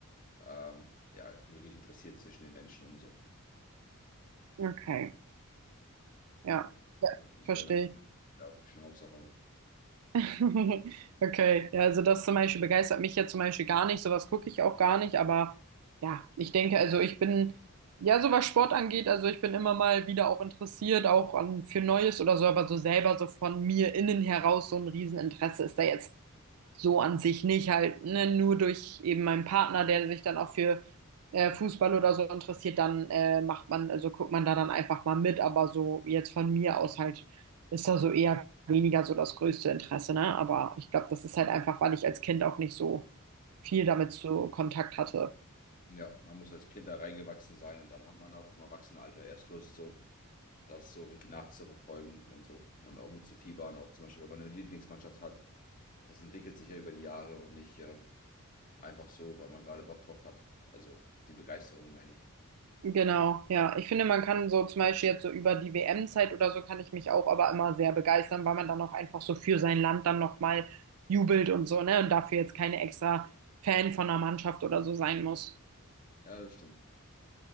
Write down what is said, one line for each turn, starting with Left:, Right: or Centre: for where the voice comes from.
Left: ähm, ja, wirklich interessiert zwischen den Menschen und so,
Right: Okay, ja,
Left: dann
Right: ja,
Left: würde ich
Right: verstehe
Left: das gerne mal
Right: ich.
Left: an- da auf die Schnauze hauen.
Right: <laughs> Okay, ja, also das zum Beispiel begeistert mich ja zum Beispiel gar nicht, sowas gucke ich auch gar nicht, aber ja, ich denke, also ich bin, ja, so was Sport angeht, also ich bin immer mal wieder auch interessiert, auch an, für Neues oder so, aber so selber so von mir innen heraus so ein Rieseninteresse ist da jetzt so an sich nicht halt, ne, nur durch eben meinen Partner, der sich dann auch für äh, Fußball oder so interessiert, dann äh, macht man, also guckt man da dann einfach mal mit, aber so jetzt von mir aus halt ist da so eher weniger so das größte Interesse, ne? Aber ich glaube, das ist halt einfach, weil ich als Kind auch nicht so viel damit zu Kontakt hatte.
Left: Ja, man muss als Kind da reingewachsen sein und dann hat man auch im Erwachsenenalter erst Lust, so das so richtig nachzuverfolgen und so. Und auch mit zu fiebern auch zum Beispiel, wenn man eine Lieblingsmannschaft hat. Das entwickelt sich ja über die Jahre und nicht äh, Einfach so, weil man gerade Bock drauf hat. Also die Begeisterung meine ich.
Right: Genau, ja. Ich finde, man kann so zum Beispiel jetzt so über die WM-Zeit oder so kann ich mich auch aber immer sehr begeistern, weil man dann auch einfach so für sein Land dann nochmal jubelt und so, ne? Und dafür jetzt keine extra Fan von einer Mannschaft oder so sein muss.
Left: Ja, das stimmt.